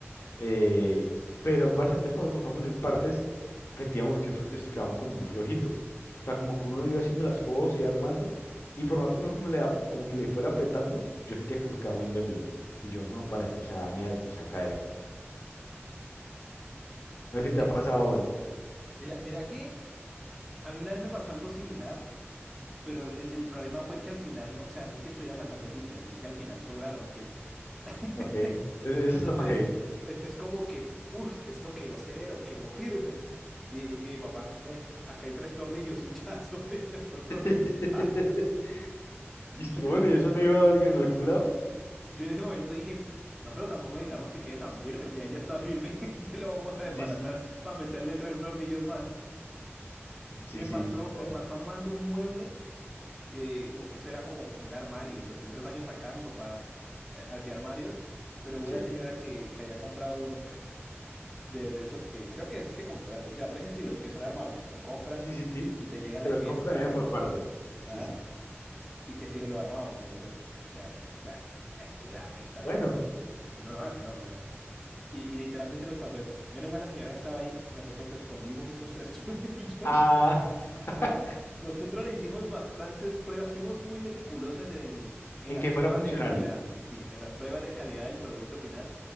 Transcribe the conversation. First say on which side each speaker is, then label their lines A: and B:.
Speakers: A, on the left; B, in the centre.
A: Eh, pero parce, entonces cuando comenzamos a unir partes, sentíamos que f- esto quedaba como muy flojito. O sea, como que uno iba haciendo las cosas y armando, y por más que uno como, le, a- como que le fuera apretando, yo sentía que fue quedaba muy endeble. Y yo, no, para esto se va a dañar, esto se va a caer. No sé
B: ¿Y
A: si te
B: qué
A: ha pasado
B: hiciste?
A: hoy.
B: Mira, mira que a mí una vez me pasó algo similar. Pero el, el- el problema fue que al final no, o sea, no es que estuvieran faltando fichas, es que al final sobraron piezas. <laughs>
A: Ok, e- e,
B: Entonces,
A: eso está más heavy.
B: es, es como que, uff, esto quedó severo, quedó firme. Y, y mi papá, ve, acá hay tres tornillos y un llazo. <laughs> Y nosotros,
A: <laughs>
B: ah,
A: Y es que
B: Ente-
A: bueno, ¿y eso no iba a alg- en algún lado?
B: yo en ese momento dije, no, pero tampoco necesitamos que quede tan firme. Si ahí ya está firme, <laughs> que lo vamos a desbaratar
A: Sí, sí.
B: para meterle tres tornillos más.
A: Sí,
B: Me
A: sí,
B: pasó,
A: sí, no.
B: me pasó armando un mueble eh, u- eso era como, como un armario. Los primeros años acá mi papá eh, hacía armarios, pero hubo
A: Sí.
B: una señora que, que había comprado uno de, de esos que, creo que esos que compraste, o sea, por ese estilo, que son armables, los compran
A: Sí, sí, sí.
B: y te llegan
A: Que
B: las
A: los
B: piezas
A: compran
B: para
A: bien
B: que
A: por
B: lo armes.
A: partes.
B: Ajá.
A: Sí, sí.
B: Y que si se lo armábamos y nosotros, pues, beh, beh, beh, pues ya, pues está bien,
A: Bueno,
B: pues, Pues uno lo hace, ¿no? Pero- Y, y literalmente nos pasó eso. Menos mal la señora no estaba ahí y nosotros escondimos esos tres <laughs> tornillos
A: ah, <laughs>
B: <laughs> Nosotros le hicimos bastantes pruebas, fuimos muy meticulosos en el, en
A: en
B: las
A: que fuera
B: pruebas
A: funcional.
B: de calidad, sí, en las pruebas de calidad del producto final